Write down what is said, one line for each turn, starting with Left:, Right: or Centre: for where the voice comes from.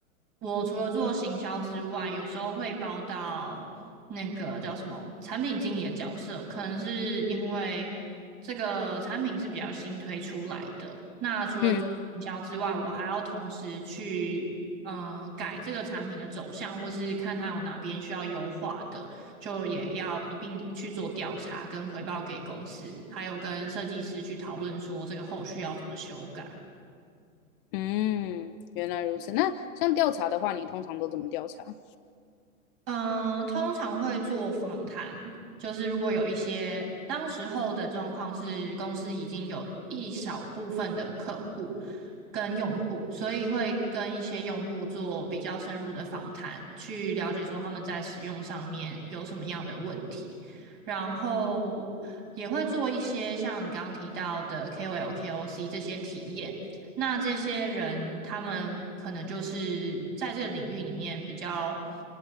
Right: 我除了做行销之外，有时候会包到那个叫什么产品经理的角色，可能是因为这个产品是比较新推出来的。那除了行销之外，
Left: 嗯
Right: 我还要同时去。嗯、呃改这个产品的走向，或是看它有哪边需要优化的，就也要一并去做调查跟回报给公司，还有跟设计师去讨论说这个后续要怎么修改。
Left: 嗯，原来如此。那像调查的话，你通常都怎么调查？
Right: 嗯，通常会做访谈，就是如果有一些当时候的状况是公司已经有一小部分的客户跟用户，所以会跟一些用户做比较深入的访谈，去了解说他们在使用上面有什么样的问题，然后也会做一些像你刚刚提到的 KOL、KOC 这些体验。那这些人，他们可能就是在这个领域里面比较